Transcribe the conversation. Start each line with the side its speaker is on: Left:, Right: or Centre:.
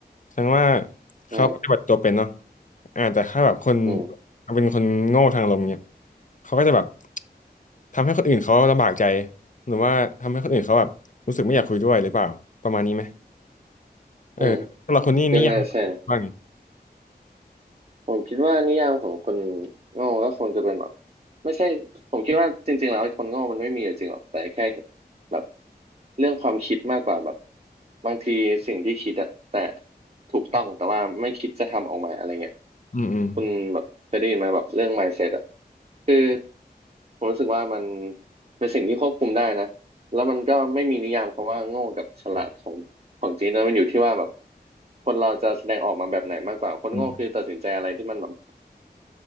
Left: แสดงว่าเขาปฏิบัติตัวเป็นเนาะ
Right: อืม
Left: อ่าแต่ถ้าแบบคน
Right: อืม
Left: เป็นคนโง่ทางอารมณ์เงี้ยเขาก็จะแบบทำให้คนอื่นเขาลำบากใจหรือว่าทำให้คนอื่นเขาแบบรู้สึกไม่อยากคุยด้วยหรือเปล่าประมาณนี้ไหมเออสำหรับคนนี้นิยามว่าไง
Right: อืมก็น่าใช่ ผมคิดว่านิยามของคนโง่ก็คงจะเป็นแบบไม่ใช่ผมคิดว่าจริงๆแล้วไอ้คนโง่มันไม่มีอยู่จริงหรอกแต่แค่แบบเรื่องความคิดมากกว่าแบบบางทีสิ่งที่คิดอะแต่ถูกต้องแต่ว่าไม่คิดจะทำออกมาอะไรเงี้ย
Left: อืมอืม
Right: คุณแบบเคยได้ยินไหมแบบเรื่อง mindset อะคือผมรู้สึกว่ามันเป็นสิ่งที่ควบคุมได้นะแล้วมันก็ไม่มีนิยามคำว่าโง่กับฉลาดของของจริงนะมันอยู่ที่ว่าแบบคนเราจะแสดงออกมาแบบไหนมากกว่าคนโง่คือตัดสินใจอะไรที่มันแบบ
Left: อืม